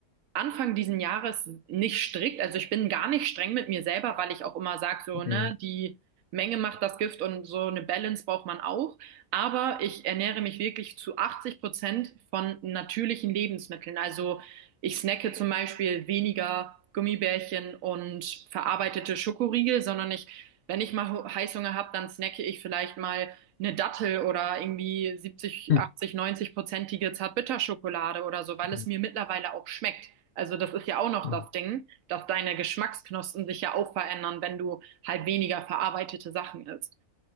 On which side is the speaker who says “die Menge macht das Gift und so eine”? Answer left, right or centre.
Right